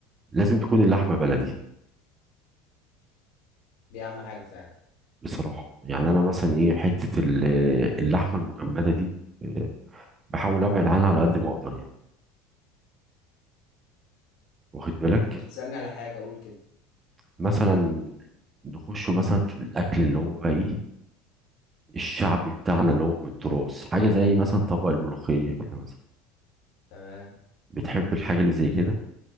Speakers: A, on the right (about 25°); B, on the left (about 55°).
A: لازم تكون اللحمه بلدي
B: دي اهم حاجه فعلا
A: بصراحه يعني انا مثلا ايه حته ال- اللحمه المجمده دي آه، بحاول ابعد عنها على قد ما اقدر يعني واخد بالك
B: انت بتسالني على حاجه اقول كده
A: مثلا نخش مثلا في الاكل اللي هو بقى ايه الشعبي بتاعنا اللي هو من التراث حاجة زي مثلا طبق الملوخية كده مثلا
B: تمام
A: بتحب الحاجة اللي زي كده